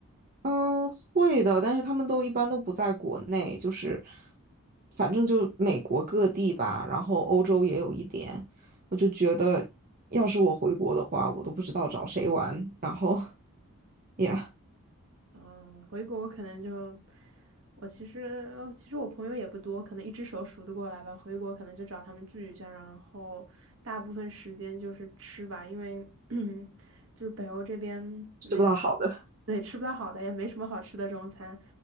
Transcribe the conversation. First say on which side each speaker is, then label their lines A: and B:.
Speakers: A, on the right; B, on the right.
A: 嗯，会的，但是他们都一般都不在国内，就是反正就美国各地吧，然后欧洲也有一点。我就觉得，要是我回国的话，我都不知道找谁玩，然后也 <laughs>
B: 嗯，回国可能就我其实其实我朋友也不多，可能一只手数得过来吧。回国可能就找他们聚一下，然后大部分时间就是吃吧，因为 <clears throat> 就是北欧这边没，
A: 吃不到好的。
B: 对，吃不到好的，也没什么好吃的中餐。